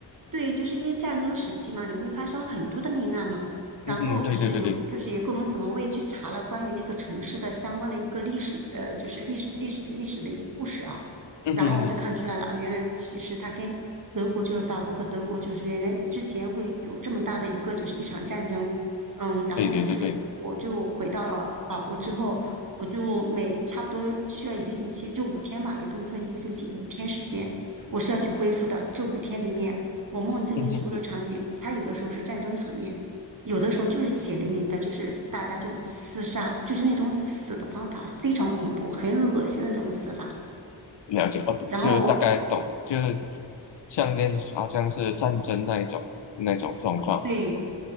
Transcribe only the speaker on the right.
对，就是因为战争时期嘛，你会发生很多的命案嘛，然后就是有，
就是也各种死亡。我也去查了关于那个城市的相关的一个历史，呃，就是历史历史历史的一个故事啊，
然后我就看出来了啊，
原来其实它跟德国就是法国和德国就是原来之前会有这么大的一个就是一场战争，嗯，然后就是我就回到了法国之后，
我就每差不多需要一个星期，就五天吧，也不能说一个星期，五天时间。我是要去恢复的。这五天里面，我梦境里所有的场景，
它有的时候是战争场面，有的时候就是血淋淋的，就是大家就厮杀，就是那种死的方法非常恐怖，很恶心的那种死法。
然后
对。